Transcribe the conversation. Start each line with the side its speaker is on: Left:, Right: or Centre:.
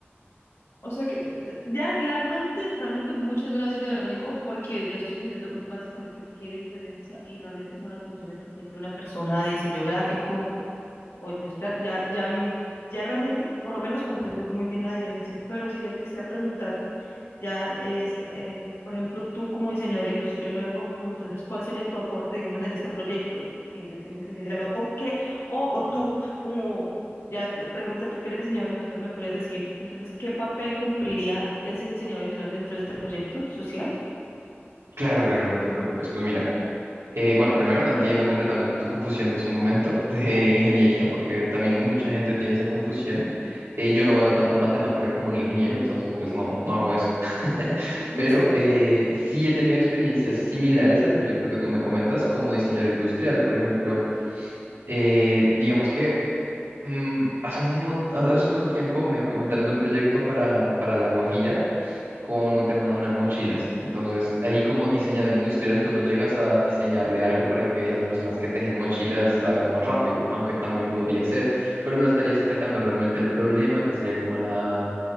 Left: O sea que ya realmente, realmente muchas gracias de verdad, Nico, porque ya estoy entendiendo básicamente qué diferencia y realmente como las funciones que cumple una persona de diseño gráfico, o industrial, ya, ya, m- ya realmente por lo menos comprendo muy bien la diferencia, pero si ya te quisiera preguntar, ya es, eh, por ejemplo, tú como diseñador industrial o algo como, entonces, ¿cuál sería tu aporte, digamos, en este proyecto que yo tengo que liderar? ¿O, o qué? O, o tú, como, ya que- pregunta, tú que eres diseñador industrial, ¿me podrías decir, entonces, qué papel cumpliría ese diseñador industrial dentro de este proyecto social?
Right: Claro, claro, no te preocupes. Pues mira. Eh, bueno, primero entiendo completamente tu confusión de su momento <laughs> de ingeniería, porque también mucha gente tiene esa confusión. Eh, yo no veo tanta matemática como un ingeniero, entonces
Left: Ok,
Right: pues no,
Left: ajá.
Right: no hago eso. <laughs>
Left: <laughs>
Right: Pero eh, sí he tenido experiencias similares al proyecto que tú me comentas como diseñador industrial. Por ejemplo, eh, digamos que mm, hace un, mon- hace un buen tiempo me comentaron de un proyecto para, para La Guajira con un tema de unas mochilas. Entonces, ahí como diseñador industrial, tú no llegas a diseñarle algo para que las personas que tejen mochilas la hagan más rápido, aunque también podría ser, pero no estarías atacando realmente el problema, que sería como la,